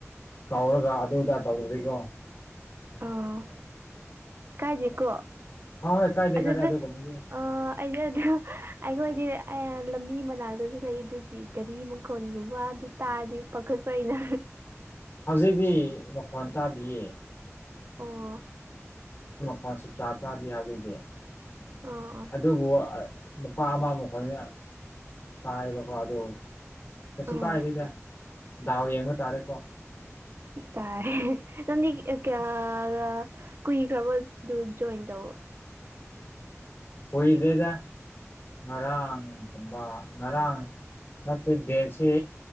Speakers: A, on the left; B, on the right.
A: ꯀꯥꯎꯔꯒ ꯑꯗꯨꯗꯥ ꯇꯧꯗꯔꯤꯀꯣ
B: ꯑꯣ ꯀꯥꯏꯖ ꯀꯣ
A: ꯍꯣꯏ ꯍꯣꯏ ꯀꯥꯏꯗꯦ
B: ꯑꯗꯨ
A: ꯀꯥꯏꯗꯦ
B: ꯑꯗꯨ
A: ꯑꯗꯨꯒꯨꯝꯕꯗꯤ
B: ꯑ ꯑꯩꯩꯅ ꯑꯗꯨ ꯑꯩꯈꯣꯏꯗꯤ ꯂꯝꯕꯤ ꯃꯅꯥꯛꯇꯁꯨ ꯂꯩ ꯑꯗꯨꯒꯤ ꯒꯥꯔꯤ ꯃꯈꯣꯜꯒꯨꯝꯕ ꯑꯗꯨ ꯇꯥꯔꯗꯤ ꯄꯥꯈꯠ ꯐꯩꯅ
A: ꯍꯧꯖꯤꯛꯇꯤ ꯃꯈꯣꯟ ꯇꯥꯗꯤꯌꯦ
B: ꯑꯣ
A: ꯀ ꯆꯆꯥꯥ ꯇꯔꯥꯗꯤ ꯌꯥꯈꯤꯗꯦ
B: ꯑꯥ
A: ꯑꯗꯨꯕꯨ ꯄꯥꯥꯃ ꯃꯈ ꯈꯅꯤ ꯇꯥꯏꯕꯀꯣ ꯑꯗꯣ ꯀꯩꯁꯨ
B: ꯑꯥ ꯑꯥ
A: ꯀꯥꯏꯗꯦꯗ ꯗꯥꯎ ꯌꯦꯡꯕ ꯇꯥꯔꯦꯀꯣ
B: ꯇꯥꯏꯦ ꯅ ꯀꯌꯥ ꯀꯨꯏꯈ꯭ꯔꯕꯗꯨ ꯖꯣꯏꯟ ꯇꯧ
A: ꯍꯣꯏꯗ꯭ꯔꯦꯗ ꯉꯔꯥꯡ ꯀꯝꯕ ꯉꯔꯥꯡ ꯃ ꯗꯦꯁꯤ